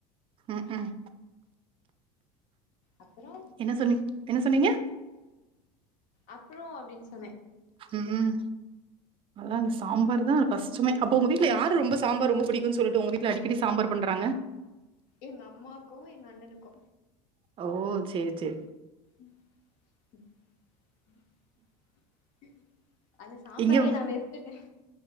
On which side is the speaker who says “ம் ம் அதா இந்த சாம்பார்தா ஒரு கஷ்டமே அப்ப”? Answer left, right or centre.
Right